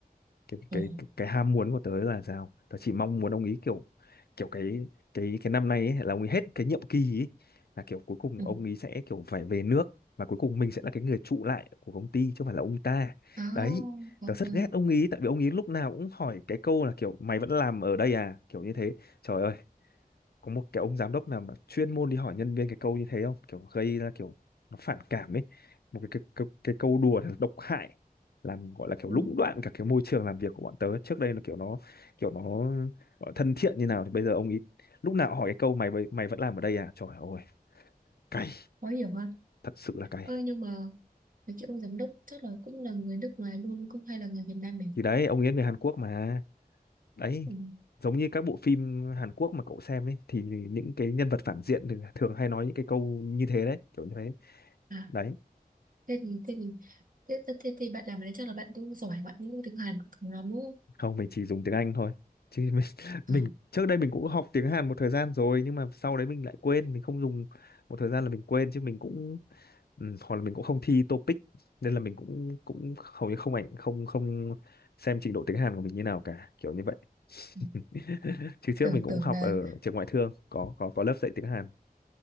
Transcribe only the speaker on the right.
ừ.
Ừ.
à
dạ
vâng
ừ.
khó hiểu hơn
ơi nhưng mà cái kiểu ông giám đốc chắc là cũng là người nước ngoài luôn cũng hay là người Việt Nam mình
ừ.
à
thế thì thế thì thế, thế, thế, thì bạn làm ở đấy chắc là bạn cũng giỏi bạn cũng tiếng Hàn cũng thường lắm đúng không
Ờ.
Ừ.
Tưởng
tưởng
là